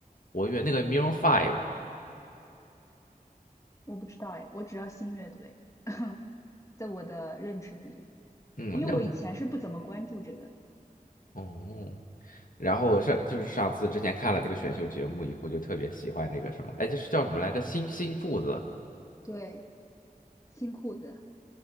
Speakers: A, on the left; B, on the left.
A: 活跃那个 m i r r Five，
B: 我不知道哎，我只要新乐队，<laughs> 在我的认知里，
A: 嗯，
B: 因为我以前是不怎么关注这个的。
A: 那哦，然后上就是上次之前看了那个选秀节目以后，就特别喜欢这个什么，哎，这是叫什么来着？新新裤子，
B: 对，新裤子，